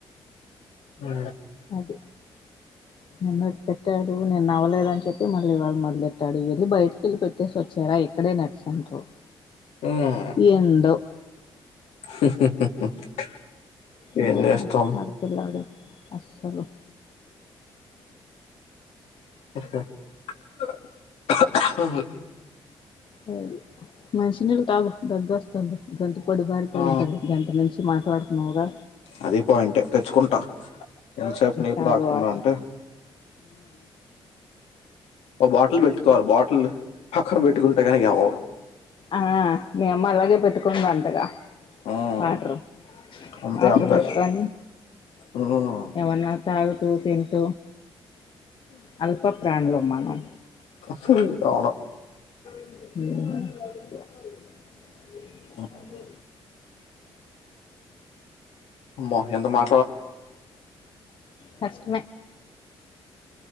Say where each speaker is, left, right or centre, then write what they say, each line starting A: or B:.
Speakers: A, on the left; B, on the left.
A: అ
B: అది ఎన్న పెట్ ట్టాడు నేను నవ్వలేదుని చెి మళ్ళీ ఇవాళ మొదెాడు వెళ్ి బయటకి వెళ్ళి పెట్టేసి వచ్చారా క నట్ సంట్ర
A: హ్మ్.
B: ఎండో <inaudible>
A: <unintelligible>
B: ఎంటమ్న్న
A: ఏం జేస్తాం?
B: మడపిలర అస్సలు
A: హ
B: అ మనిషిినళ్ళు తాగు దగ్గ వస్తుంది గంత పొడి బారిపోయింటంది
A: ఆ!
B: గంట నుంచి మాట్లాడుతున్నావుగా
A: అది పాయింటే. తెచ్చుకుంటా. ఎంత సేపు నీళ్లు
B: తాజా
A: తాగకుండా
B: వాటర్
A: అంటే ఒక బాటిల్ పెట్టుకోవాలి బాటిల్ హక్కన పెట్టుకుంటే కానీక అవ్వాలి
B: ఆ మే అమ్మ అలాగే పెట్టుకున్న అంతగా
A: ఉమ్
B: వాటర్
A: అంతే
B: వాటర్
A: అంతే
B: పెట్టుకని
A: ఉమ్
B: ఏమన్నా తాగుతూ త అల్ప ప్రాణలు మనం
A: శర ఇదను
B: అ
A: అ
B: అదదు
A: ో ఎంత మా
B: ఫస్ట్